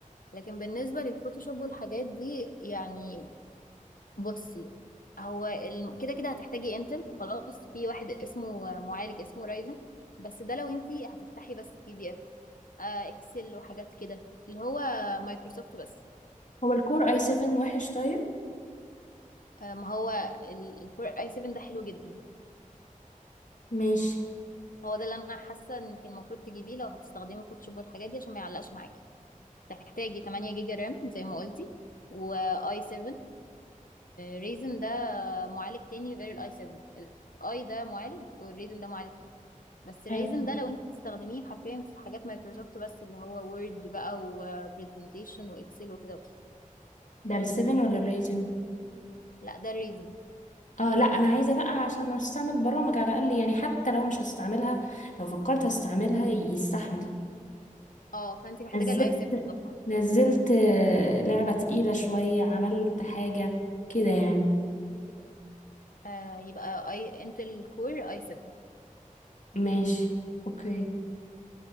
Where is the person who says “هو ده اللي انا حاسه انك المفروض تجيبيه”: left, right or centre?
Left